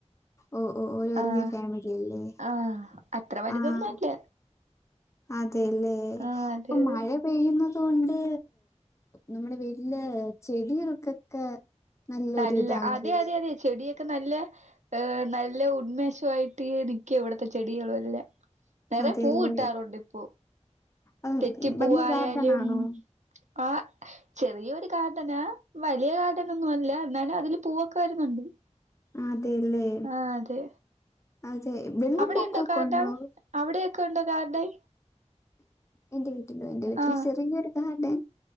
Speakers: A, on the left (about 25°); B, on the right (about 75°).
A: ഓ ഓ ഓല് വല്ല്യ
B: ആഹ്
A: ഫാമിലില്ലേ
B: ആഹ് അത്ര വലുതൊന്നും
A: ആഹ്
B: അല്ല
A: അതെല്ലേ ഇപ്പം
B: ആഹ് അതെ അതെ
A: മഴ പെയ്യുന്നത് കൊണ്ട് നമ്മടെ വീട്ടിലെ ചെടികൾക്കെ ക്ക് നല്ലൊരു
B: നല്ല
A: ഇതാണല്ലേ
B: അതെ അതെ അതെ ചെടിയൊക്കെ നല്ല നല്ല ഉന്മേഷവായിട്ട് നിക്കും ഇവടത്തെ ചെടികളു എല്ലാം നിറയേ
A: അതെല്ലേ
B: പൂ കിട്ടാറുണ്ട് ഇപ്പൊ
A: അത്
B: തെറ്റിപ്പൂവായാലും
A: വലിയ ഗാർഡൻ ആണോ
B: കാ ചെറിയൊരു ഗാർഡനാ വലിയ ഗാർഡനൊന്നു അല്ല എന്നാലും അതില് പൂവൊക്കെ വരുന്നുണ്ട്.
A: അതെല്ലേ
B: ആഹ്, അതെ
A: അതെ വെള്ള
B: അവിടെ
A: പൊക്കോക്ക
B: ഗാർഡൻ
A: ഉണ്ടോ?
B: അവിടെയൊക്കെ ഉണ്ടോ ഗാർഡൻ?
A: എന്റെ വീട്ടിലോ എന്റെ വീട്ടില്
B: ആഹ്
A: ചെറിയരു ഗാർഡൻ